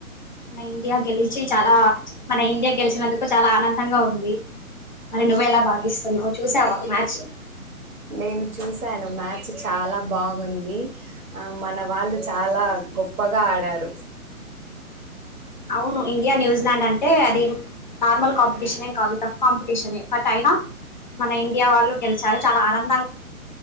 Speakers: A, on the left (about 30°); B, on the right (about 65°).
A: మన ఇండియా గెలిచి చాలా మన ఇండియా గెలిచినందుకు చాలా ఆనందంగా ఉంది మరి నువ్వు ఎలా భావిస్తున్నావు చూసావా మ్యాచ్
B: నేను చూసి సాను మ్యాచ్ చాలా బాగుంది ఆ మన వాళ్ళు చాలా గొప్పగా ఆడారు.
A: అవును ఇండియా న్యూజిలాండ్ అంటే అది నార్మల్ కాంపిటీషనే కాదు టఫ్ కాంపిటీషనే బట్ అయినా మన ఇండియా వాళ్ళు గెలిచారు చాలా ఆనంద